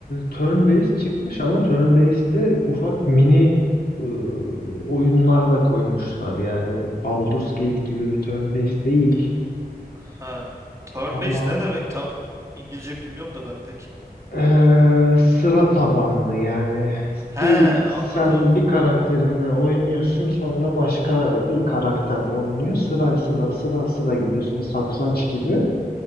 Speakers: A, on the left; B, on the right.
A: turn-based çıkmış ama turn-based'te ufak mini ıı, oyunlar da koymuşlar. Yani Baldur's Gate gibi bir turn-based değil
B: Ha turn
A: ama
B: based ne demek? Tam İngilizce bilmiyorum da ben pek.
A: Ee, sıra tabanlı yani
B: He
A: bir
B: anladım.
A: sen bir karakterinle oynuyorsun sonra başka bir karakter oynuyor sıra sıra sıra sıra gidiyorsun satranç gibi.